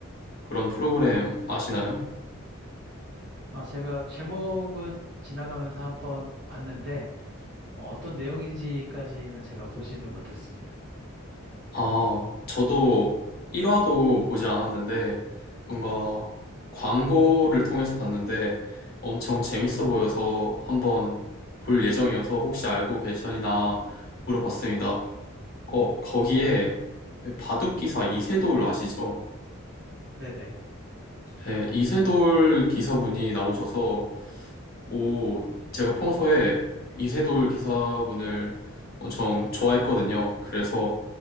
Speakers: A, on the left; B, on the right.
A: 그런 프로그램 아시나요?
B: 아, 제가 제목은 지나가면서 한번 봤는데 어, 떤 내용인지까지는 제가 보지는 못했습니다.
A: 아, 저도 1화도 보지 않았는데, 뭔가 광고를 통해서 봤는데 엄청 재밌어 보여서 한번 볼 예정이어서 혹시 알고 계시나 물어봤습니다. 어, 거기에 바둑기사 이세돌 아시죠?
B: 네네.
A: 네, 이세돌 기사분이 나오셔서, 오, 제가 평소에 이세돌 기사분을 엄청 좋아했거든요. 그래서